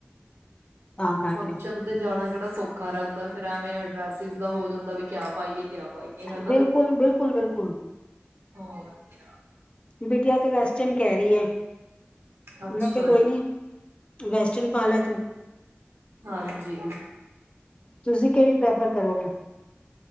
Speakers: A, on the left (about 25°); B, on the right (about 75°).
A: ਤਾਂ ਕਰਕੇ
B: ਫੰਕਸ਼ਨ ਤੇ ਜਾਣਾ ਕਿਹੜਾ ਸੌਖਾ ਰਹਿੰਦਾ ਫਿਰ- ਐਵੇਂ ਆ ਡਰਾਸ ਹੋ ਜਾਂਦਾ ਵੀ ਕਿਆ ਪਾਈਏ ਕਿਆ ਪਾਈਏ ਹਨਾ
A: ਬਿਲਕੁਲ ਬਿਲਕੁਲ ਬਿਲਕੁਲ
B: ਹੋਰ ਕ
A: ਬਿਟੀਆ ਤੇ ਵੈਸਟਰਨ ਕਹਿ ਰਹੀ ਹੈ।
B: ਅੱਛਾ
A: ਮੈਂ ਕਿਹਾ
B: ਜੀ
A: ਕੋਈ ਨੀ ਵੈਸਟਰਨ ਪਾ ਲੈ ਤੂੰ।
B: ਹਾਂਜੀ
A: ਤੁਸੀ ਕਿਹੜੀ ਪ੍ਰੈਫ਼ਰ ਕਰੋਗੇ?